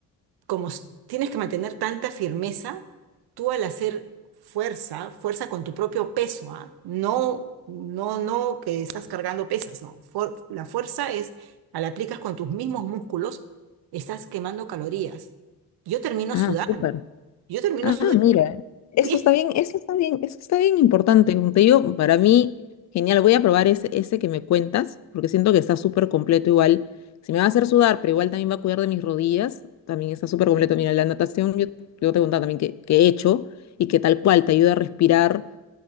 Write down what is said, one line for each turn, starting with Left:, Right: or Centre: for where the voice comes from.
Right: como s- tienes que mantener tanta firmeza, tú al hacer fuerza, fuerza con tu propio peso, ¿ah? No, no, no que estás cargando pesas, no. Fuer- la fuerza es, al aplicas con tus mismos músculos, estás quemando calorías. Yo termino
Left: Ah,
Right: sudando,
Left: súper.
Right: yo termino
Left: Ah,
Right: sudando,
Left: mira,
Right: <laughs>
Left: eso
Right: sí.
Left: está bien, eso está bien, eso está bien importante. Como te digo, para mí, genial. Voy a probar ese, ese que me cuentas, porque siento que está súper completo igual. Si me va a hacer sudar, pero igual también va a cuidar de mis rodillas, también está súper completo. Mira, la natación, yo, yo te contaba también que, que he hecho y que tal cual te ayuda a respirar.